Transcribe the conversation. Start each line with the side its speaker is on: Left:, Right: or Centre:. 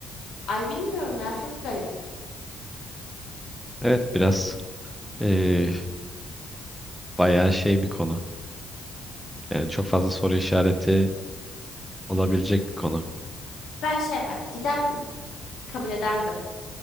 Left: Ay bilmiyorum ya çok garip.
Centre: evet biraz ee, bayağı şey bir konu. Yani çok fazla soru işareti olabilecek bir konu.
Left: Ben şey yapardım. Giderdim. Kabul ederdim.